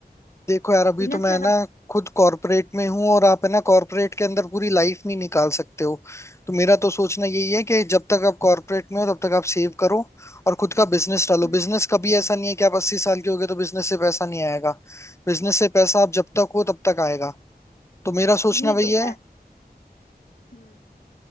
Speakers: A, on the left (about 15°); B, on the left (about 55°).
A: देखो यार अभी
B: बिजनेस
A: तो मैं
B: सेटअप
A: ना
B: करना
A: खुद कॉरपोरेट में हूँ और आप है ना कॉरपोरेट के अंदर पूरी लाइफ नहीं निकाल सकते हो तो मेरा तो सोचना यही है कि जब तक आप कॉरपोरेट में हो तब तक आप सेव करो और खुद का बिजनेस डालो
B: हम्म,
A: बिजनेस कभी ऐसा नहीं है कि आप अस्सी साल के हो गए तो बिजनेस से पैसा नहीं आएगा बिजनेस से पैसा आप जब तक हो तब तक आएगा तो मेरा सोचना
B: ये
A: वही
B: तो
A: है
B: है हम्म